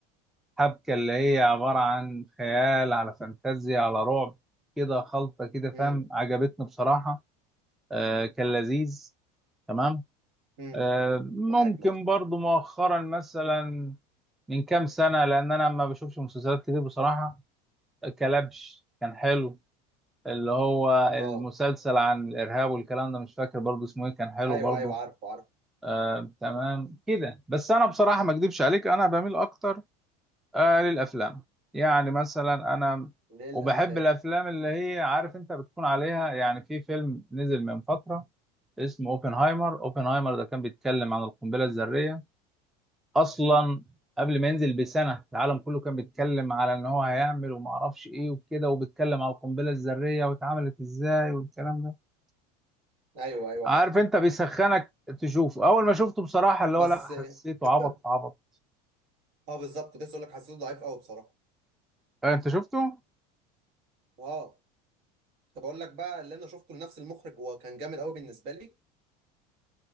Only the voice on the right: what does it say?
امم
امم
معاك معاك
اه
ايوه
ايوه عارفه عارفه
للافلام
امم
ايوه ايوه
عارف
بس
اه <clears throat>
آه، بالظبط كنت لسه اقول لك حسيته ضعيف قوي بصراحه
اه طب اقول لك بقى اللي انا شفته لنفس المخرج وكان جامد قوي بالنسبه لي